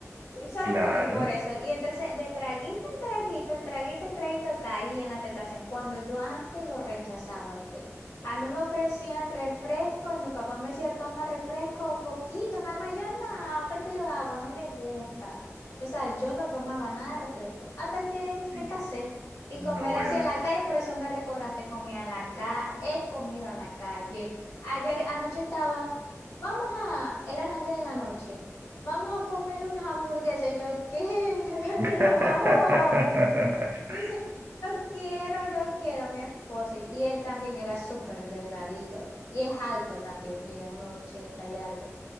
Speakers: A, on the left; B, on the right.
A: Y solamente
B: Claro,
A: por eso. Y entonces de traguito en traguito, en traguito en traguito caí en la tentación. Cuando yo antes lo rechazaba antes. A mí me ofrecían refresco y mi papá me decía, toma refresco un poquito, nada más. Yo no, prefiero agua, no me gusta. O sea, yo no tomaba nada de refresco hasta que
B: sí,
A: me casé. Y
B: Noel.
A: comer así en la calle, por eso me recordaste, comía en la calle, he comido en la calle. Ayer, anoche estaba, vamos a, eran las 10 de la noche vamos a comer unas hamburguesas. Y yo quiero.
B: <laughs>
A: <laughs> Dice, yo quiero, yo quiero a mi esposo. Y él también era súper delgadito. Y es alto también, mide unos 80 y algo.